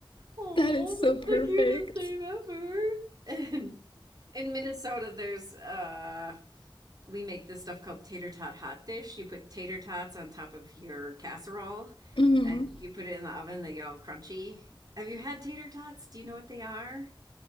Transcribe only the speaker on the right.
oh,
that's
the cutest name
ever. And in Minnesota, there's uh, we make this stuff called tater tot hot dish. You put tater tots on top of your casserole,
and you put it in the oven. They get all crunchy. Have you had tater tots? Do you know what they are?